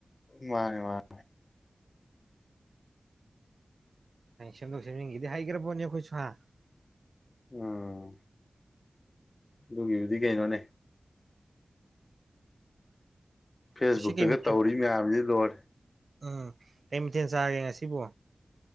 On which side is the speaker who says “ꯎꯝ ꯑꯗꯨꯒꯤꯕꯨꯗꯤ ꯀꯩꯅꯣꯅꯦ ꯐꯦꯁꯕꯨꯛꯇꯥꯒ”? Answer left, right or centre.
Left